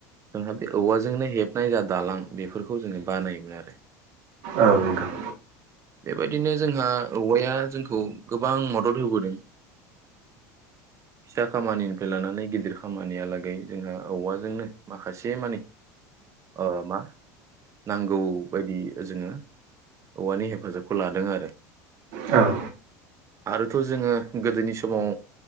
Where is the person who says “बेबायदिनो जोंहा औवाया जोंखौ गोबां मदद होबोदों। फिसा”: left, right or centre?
Right